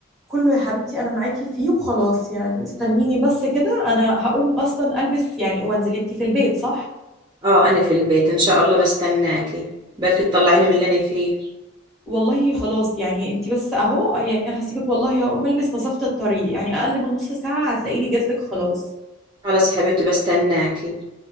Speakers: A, in the centre; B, on the right.
A: كله يا حبيبتي انا معاكي فيه وخلاص يعني استنيني بس كده انا هقوم اصلا البس يعني وانزل انت في البيت صح
B: اه انا في البيت ان شاء الله بستناكي بلكي تطلعيني من اللي انا فيه
A: والله خلاص يعني انت بس اهو يعني انا هسيبك والله هقوم البس مسافة الطريق يعني اقل من نص ساعة هتلاقيني جاتلك خلاص
B: خلاص يا حبيبتي بستناكي